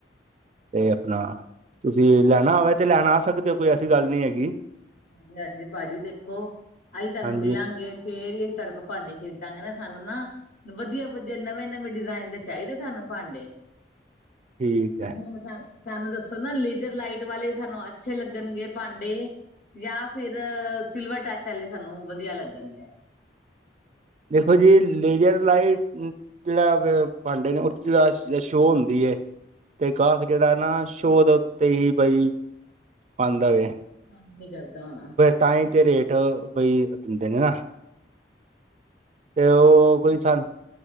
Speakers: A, on the right; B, on the left.
A: ਤੇ ਆਪਣਾ ਤੁਸੀਂ ਲੈਣਾ ਹੋਵੇ ਤੇ ਲੈਣ ਆ ਸਕਦੇ ਉ, ਕੋਈ ਐਸੀ ਗੱਲ ਨਹੀਂ ਹੈਗੀ।
B: ਹਾਂਜੀ, ਹਾਂਜੀ ਭਾਜੀ ਦੇਖੋ, ਆਈ ਤੁਹਾਨੂੰ
A: ਹਾਂਜੀ
B: ਮਿਲਾਂਗੇ। ਫੇਰ ਹੀ ਅਸੀਂ ਤੁਹਾਡੇ ਕੌ ਭਾਂਡੇ ਖਰੀਦਾਂਗੇ ਨਾ, ਸਾਨੂੰ ਨਾ ਵਧੀਆ-ਵਧੀਆ, ਨਵੇਂ- ਨਵੇਂ ਡਿਜ਼ਾਇਨ ਦੇ ਚਾਹੀਦੇ, ਸਾਨੂ ਭਾਂਡੇ
A: ਠੀਕ ਹੈ
B: ਹੁਨ ਸਾਨ ਸਾਨੂੰ ਦੱਸੋ ਨਾ, ਲੇਜਰ ਲਾਈਟ ਵਾਲੇ ਸਾਨੂੰ ਅੱਜ ਅੱਛੇ ਲਗਣਗੇ ਭਾਂਡੇ। ਜਾਂ ਫੇਰ ਸਿਲਵਰ ਟਚ ਵਾਲੇ, ਸਾਨੂੰ ਵਧੀਆ ਲੱਗਣਗੇ।
A: ਦੇਖੋ ਜੀ, ਲੇਜਰ ਲਾਈਟ <unintelligible> ਭਾਂਡੇ ਨੇ ਉਦੀ ਤਾ ਸ਼ੋਅ ਹੁੰਦੀ ਏ। ਤੇ ਗਾਹਕ ਜਿਹੜਾ ਨਾ ਸ਼ੋਅ ਉੱਤੇ ਹੀ ਬਈ ਪਾਦਾ ਏ।
B: ਪਸੰਦ ਨੀ ਕਰਦਾ ਹੋਣਾ।
A: ਤਾਂਈ ਤੇ ਰੇਟ ਬਈ ਦਿੰਦੇ ਨੇਨਾ ਤੇ ਉਹ ਕੋਈ ਸਨ,